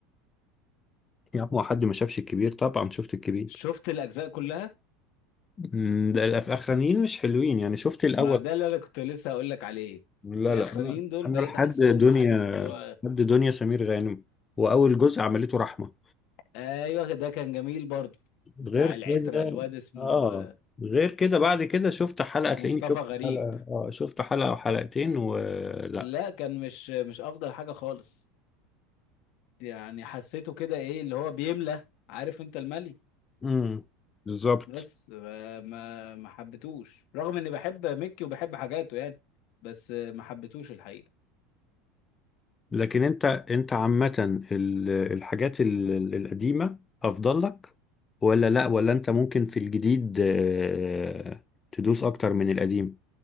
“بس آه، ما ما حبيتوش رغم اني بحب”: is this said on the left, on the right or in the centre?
Left